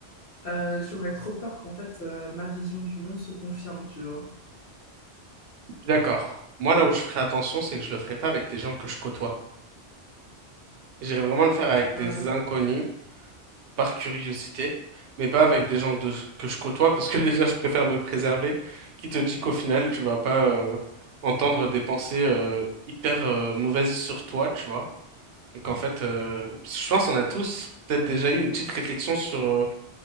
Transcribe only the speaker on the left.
Euh, j'aurais trop peur qu'en fait, euh, ma vision du monde se confirme, tu vois.
Ah.